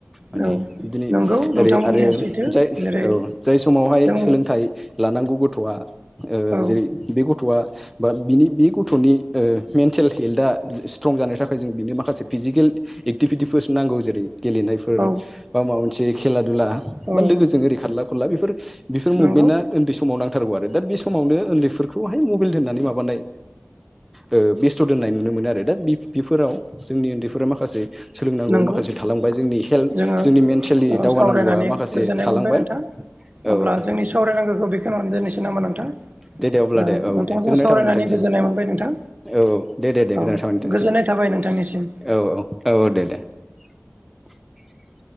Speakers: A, in the centre; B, on the right (about 35°).
A: माने
B: औ
A: बिदि
B: नंगौ नोंथां
A: ओरै
B: बुंनाया
A: आरो
B: सैथो
A: जाय
B: जेरै
A: औ जाय समावहाय
B: जों
A: सोलोंथाइ लानांगौ बे गथ'आ
B: औ
A: जेरै बे गथ'आ बा बिनि बे गथ' गथ'नि ओ मेन्टेल हेल्थआ स्ट्रं जानायानो थाखाय जों बिनो माखासे फिजिकेल एक्टिभिटिफोरसो नांगौ जेरै गेलेनाय
B: औ
A: बा माबा मोनसे खेला दुला
B: औ
A: बा लोगोजों खारला खुरला बेफोर बेफोर मुभमेन्टआ
B: नंगौ
A: उन्दै समाव नांथारगौ आरो दा बे समावनो उन्दैफोरखौहाय मबाइल होनानै माबा ओ बेस्थ' दोननाय नुनो मोनो आरो दा बेफोराव जोंनि उन्दैफोरा माखासे सोलोंनांगौ
B: नंगौ
A: माखासे थालांबाय जोंनि हेल्थ
B: जोङो
A: जोंनि मेन्टेलि
B: ओ
A: दावगानांगौआ
B: सावरायनानै
A: माखासे
B: गोजोननाय
A: थालांबाय।
B: मोनबाय नोंथां
A: औ
B: अब्ला
A: औ
B: जोंनि सावरायनांगौखौ बेखौनानै दोननोसै नामा नोंथां?
A: दे दे अब्ला
B: ओ
A: दे औ
B: नोंथांजों
A: दे गोजोननाय
B: सावरायनानै
A: थाबाय नोंथांनिसिम
B: गोजोननाय मोनबाय नोंथां।
A: औ दे दे दे गोजोननाय
B: औ
A: थाबाय नोंथांनिसिम
B: गोजोननाय थाबाय नोंथांनिसिम।
A: औ औ औ दे दे <inaudible>